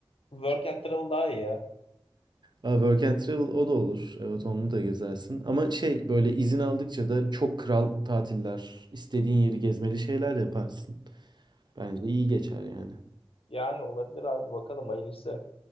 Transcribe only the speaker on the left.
Work and travel daha iyi ya.
Yani olabilir abi bakalım hayırlısı.